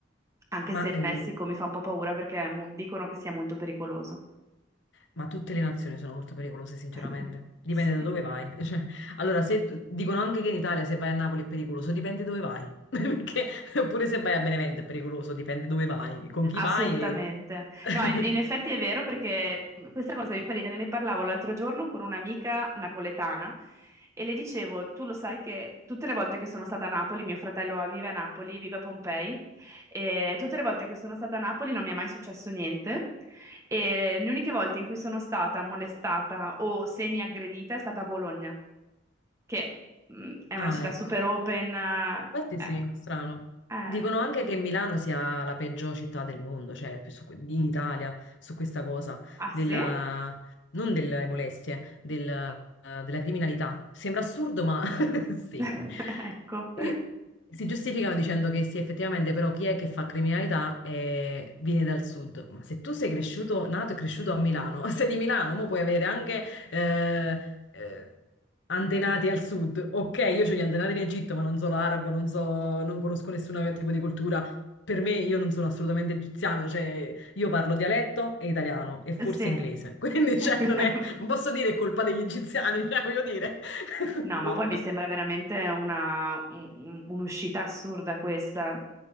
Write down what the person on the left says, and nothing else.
Ma
eh,
Ma tutte le nazioni sono molto pericolose, sinceramente.
Dipende
da dove vai. <laughs> Cioè, allora, se dicono anche che in Italia se vai a Napoli è pericoloso, dipende dove vai. <laughs> Perché pure se vai a Benevento è pericoloso, dipende dove vai, con chi
vai e... <laughs>
Ah,
ecco.
Infatti
sì, strano.
Dicono anche che Milano sia la peggior città del mondo, cioè su que- in Italia, su questa cosa,
della,
non delle molestie, del- eh, della criminalità. Sembra assurdo, ma <laughs> sì.
E si giustificano dicendo che sì, effettivamente, però chi è che fa criminalità eh, viene dal sud. Ma se tu sei cresciuto, nato e cresciuto a Milano, <laughs> sei di Milano, mo puoi avere anche eh, eh, antenati al sud. Ok, io ho gli antenati in Egitto, ma non so l'arabo, non so, non conosco nessun tipo di cultura. Per me io non sono assolutamente egiziana, cioè io parlo dialetto e italiano e forse
inglese. <laughs> Quindi
cioè, non è, non posso dire è colpa degli egiziani, cioè voglio dire. <laughs>
Boh.